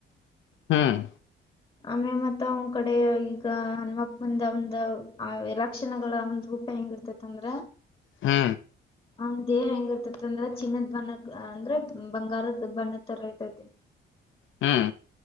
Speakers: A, on the left; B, on the left.
A: ಹ್ಮ್
B: ಆಮೇ ಮತ್ತ ಅವ್ ಕಡೆ ಈಗ ಹನುಮಪ್ಪ ಒಂದ ಆ ಎಲಕ್ಷಣಗಳ ಒಂದು ರೂಪಾಯಿ ಹೆಂಗಿರ್ತೇತ್ ಅಂದ್ರ
A: ಹ್ಮ
B: ಹ ದೇಹ ಹೆಂಗ ಇರ್ತತಿ ಅಂದ್ರ ಚಿನ್ನದ್ ಬಣ್ಣಕ್ ಅಂದ್ರ ಬಂಗಾರದ ಬಣ್ಣದ ತರ ಇತತಿ
A: ಹ್ಮ್